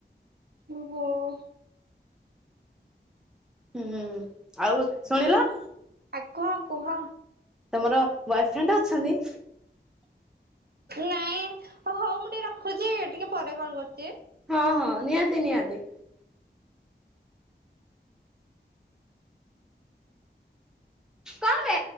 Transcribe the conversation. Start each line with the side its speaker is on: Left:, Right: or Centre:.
Right: ଓହୋ
Centre: ହୁଁ ଆଉ ଶୁଣିଲ।
Right: ଆକଣ କୁହ?
Centre: ତମର ବୟଫ୍ରେଣ୍ଡ ଅଛନ୍ତି?
Right: ନାଇଁ। ଓ ହଉ ମୁଁ ଟିକେ ରଖୁଚି ଟିକେ ପରେ କଲ୍ କରୁଚି।
Centre: ହଁ ହଁ ନିହାତି ନିହାତି। କଣ ବେ?